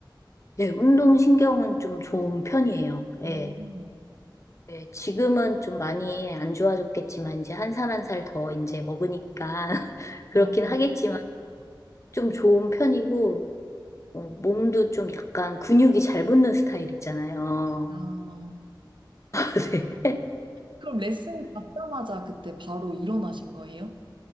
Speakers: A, on the left (about 35°); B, on the right (about 80°).
A: 네, 운동신경은 좀 좋은 편이에요.
B: 오,
A: 예. 네, 지금은 좀 많이 안 좋아졌겠지만, 이제 한 살 한 살 더 이제 먹으니까, <laughs> 그렇긴
B: 아,
A: 하겠지만, 좀 좋은 편이고, 어, 몸도 좀 약간 근육이 잘 붙는 스타일 있잖아요.
B: 아.
A: <laughs>
B: 그럼 레슨 받자마자 그때 바로 일어나신 거예요?